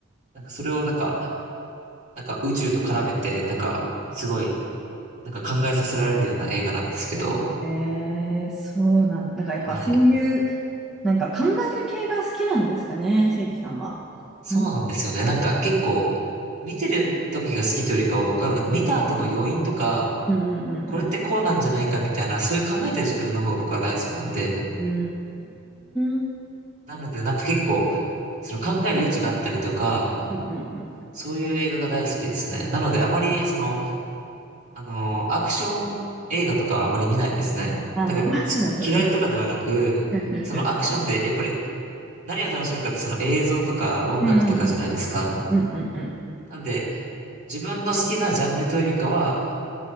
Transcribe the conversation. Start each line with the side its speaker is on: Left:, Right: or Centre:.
Right: なんかそれをなんか、なんか宇宙と絡めて、なんかすごい、なんか考えさせられるような映画なんですけど、
Centre: えー、そうなんだ。だからやっぱそういう、
Right: はい。
Centre: なんか考える系が好きなんですかね、誠治さんは。
Right: そうなんですよね。
Centre: なんだろ
Right: なんか結構、見てる時が好きというよりかは僕はなんか見た後の余韻とか、
Centre: う。うん
Right: これってこうなんじゃないかみたいな、
Centre: うん
Right: そういう考えてる時間の方が僕は大好きなんで、
Centre: うんうん。うーん。
Right: なので、なんか結構、その考える余地があったりとか、
Centre: うんうんうん。
Right: そういう映画が大好きですね。なので、あまり、その、あのーアクション映画とかあまり見ないですね。
Centre: あ、
Right: なんか、
Centre: なるほど、
Right: す嫌いとかではなく、
Centre: <laughs> なるほど。<laughs>
Right: そのアクションってやっぱり何を楽しむかってその映像とか音楽とかじゃないですか。
Centre: うんうんうん。うんうんうん。
Right: なんで、自分の好きなジャンルというよりかは、